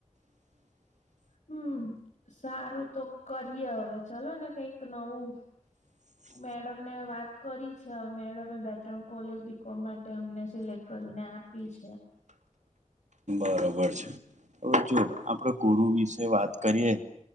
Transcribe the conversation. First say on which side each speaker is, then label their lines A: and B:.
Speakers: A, on the right; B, on the left.
A: <unintelligible>
B: હમ્મ, સારું તો કરીએ હવે ચલો ને કંઈક નવું.
A: <unintelligible>
B: મેડમને વાત કરી છે. મેડમે બે ત્રણ કોલેજ બી કોમ માટે અમને સિલેક્ટ કરીને આપ. પી છે.
A: બરોબર છે. હવે જો આપને ગુરુ વિશે વાત કરીએ,